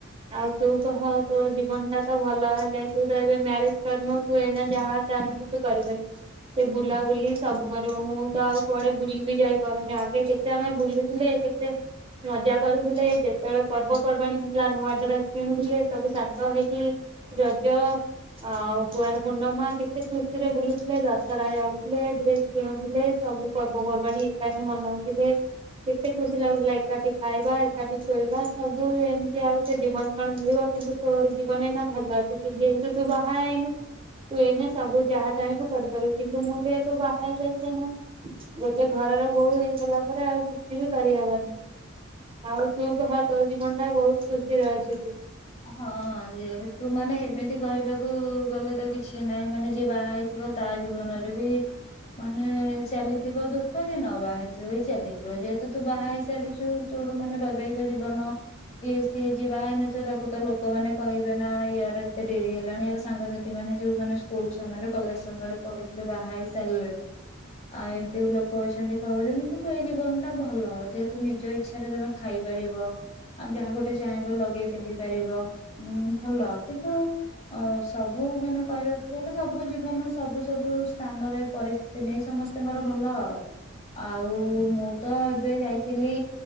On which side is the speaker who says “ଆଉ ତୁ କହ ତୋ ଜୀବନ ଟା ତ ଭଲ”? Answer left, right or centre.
Right